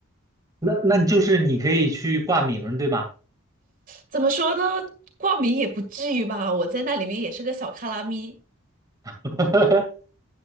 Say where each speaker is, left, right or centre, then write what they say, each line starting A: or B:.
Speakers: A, on the right; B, on the right.
A: 那那就是你可以去挂名儿，对吗？
B: 怎么说呢？挂名也不至于吧，我在那里面也是个小卡拉咪，
A: <laughs>